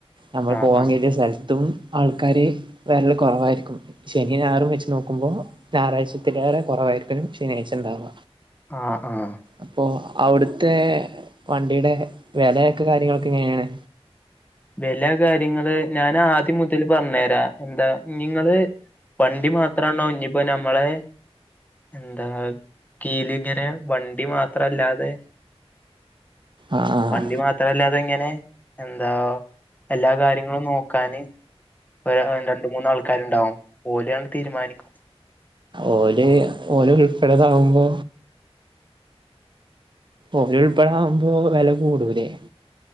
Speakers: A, on the right; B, on the left.
A: നമ്മൾ
B: ആഹ്
A: പോവാൻ
B: ആഹ്
A: കേറിയ സലത്തും ആൾക്കാര് വെരല് കൊറവായിരിക്കും ശനി ഞായറും വെച്ച് നോക്കുമ്പോ ഞാറാഴ്ചത്തെക്കേറെ കൊറവായിരിക്കലും ശനിയാഴ്ചണ്ടാവ
B: ആഹ് ആഹ്
A: അപ്പൊ അവിടുത്തെ വണ്ടീടെ വെലയൊക്കെ കാര്യങ്ങളൊക്കെ എങ്ങനാണ്
B: വെല കാര്യങ്ങള് ഞാനാദ്യം മുതല് പറഞ്ഞു തരാ എന്താ നിങ്ങള് വണ്ടി മാത്രണോ ഇനിപ്പോ നമ്മളെ എന്താ കീലികരേ വണ്ടി മാത്രല്ലാതെ
A: ആഹ് ആഹ്
B: വണ്ടി മാത്രല്ലാതെങ്ങനെ എന്താ എല്ലാ കാര്യങ്ങളും നോക്കാന് ഒരു രണ്ട് മൂന്നാൾക്കാരുണ്ടാവും ഓലെയാണ് തീരുമാനിക്കും
A: ഓല് ഓലുൾപ്പെടെതാകുമ്പോ ഓരുൾപ്പെടാകുമ്പോ വെല കൂടൂലേ